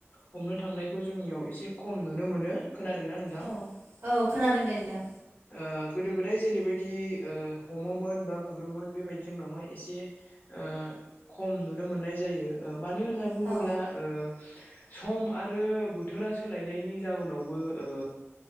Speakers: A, on the left; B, on the right.
A: हमनो थांनायखौ जोंनियाव एसे खम नुनो मोनो खोनादोंना नोंथां
B: औ औ खोनादों दे नोंथां
A: ओ गोदो गोदाय जेरैबायदि ओ हमोमोन बा गुरोमोन बेबायदि जोंनावहाय एसे ओ खम नुनो मोननाय जायो ओ मानो होनना बुङोब्ला
B: औ
A: ओ सम आरो बोथोरा सोलायनायनि जाउोनावबो ओ